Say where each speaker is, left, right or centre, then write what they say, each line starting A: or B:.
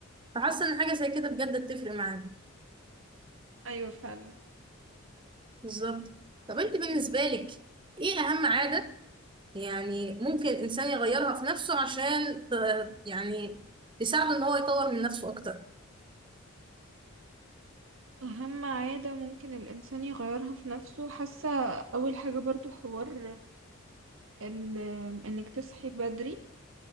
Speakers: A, on the right (about 20°); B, on the right (about 60°).
A: فحاسة إن حاجة زي كده بجد بتفرق معانا
B: ايوه فعلا
A: بالظبط طب أنت بالنسبة لك إيه أهم عادة يعني ممكن الإنسان يغيرها في نفسه عشان ت- يعني تساعده إن هو يطور من نفسه أكتر
B: أهم عادة ممكن الإنسان يغيرها في نفسه حاسة أول حاجة برضو حوار ال- انك تصحي بدري